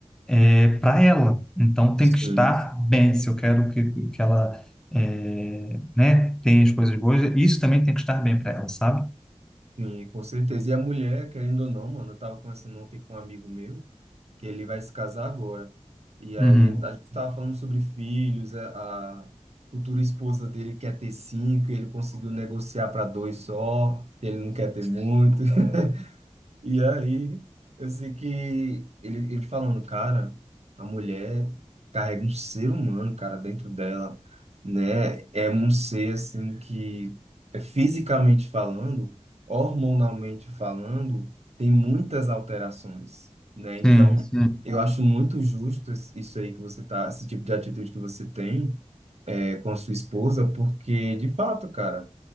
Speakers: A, in the centre; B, on the right (about 60°).
A: é, para ela. Então tem
B: sim.
A: que estar bem. Se eu quero que, que ela é, né, tenha as coisas boas, isso também tem que estar bem para ela, sabe?
B: Sim, com certeza. E a mulher, querendo ou não, mano, eu tava conversando ontem com um amigo meu, que ele vai se casar agora. E aí
A: Uhum.
B: a gente tava falando sobre filhos, a, a futura esposa dele quer ter cinco, e ele conseguiu negociar para dois só, que ele não quer ter muito. <laughs> E aí, eu sei que ele, ele falando, cara, a mulher carrega um ser humano, cara, dentro dela, né? É um ser, assim, que é fisicamente falando, hormonalmente falando, tem muitas alterações, né? Então,
A: Sim, sim.
B: eu acho muito justo es- isso aí que você tá, esse tipo de atitude que você tem, é, com a sua esposa, porque, de fato, cara,